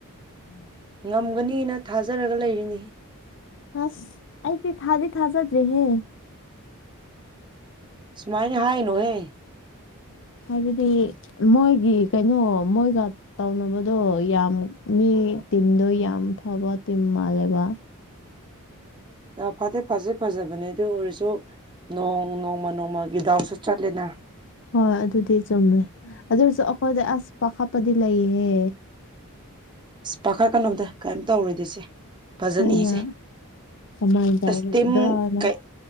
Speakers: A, on the left; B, on the right.
A: ꯎꯝ
B: ꯉꯝꯒꯅꯤꯅ ꯊꯥꯖꯔꯒ ꯂꯩꯔꯤꯅꯤ
A: ꯍꯁ ꯑꯗꯤ ꯊ ꯍꯗꯤ ꯊ ꯍꯥꯖꯗ꯭ꯔꯔꯤ ꯍꯦ
B: ꯁꯨꯃꯥꯏꯅꯦ ꯍꯥꯏ ꯅꯣꯍꯦ
A: ꯍꯥꯏꯕꯗꯤ ꯃꯣꯏꯒꯤ ꯀꯩꯅꯣ ꯃꯣꯏꯒ ꯇꯧꯅꯕꯗꯣ ꯌꯥꯝ ꯃꯤ ꯇꯤꯤꯟꯗꯣ ꯌꯥꯝ ꯐꯕ ꯇꯤꯝ ꯃꯥꯜꯂꯦꯕ
B: ꯐꯇꯦ ꯐꯖꯦ ꯐꯖꯕꯅꯦ ꯑꯗꯨ ꯑꯣꯏꯔꯁꯨ ꯅꯣꯡ ꯅꯣꯡꯃ ꯅꯣꯡꯃꯒꯤ ꯗꯥꯎꯁꯨ ꯆꯠꯂꯦꯅ
A: ꯍꯣꯏ ꯑꯗꯨꯗꯤ ꯆꯨꯝꯃꯦ ꯑꯗꯨ ꯑꯣꯏꯔꯁꯨ ꯑꯩꯈꯣꯏꯗ ꯑꯁ ꯄ ꯈꯥꯞꯄꯗꯤ ꯂꯩꯍꯦ
B: ꯄꯥꯈꯠ ꯀꯩꯅꯣꯗ ꯀꯩꯝ ꯇꯧꯔꯨꯗꯤꯁꯦ ꯐꯖꯅꯤ
A: ꯑꯩꯅ
B: ꯏꯁꯦ
A: ꯀꯃꯥꯏꯅ
B: ꯑꯁꯇꯝ
A: ꯇꯧꯗ꯭ꯔꯅ
B: ꯀꯩ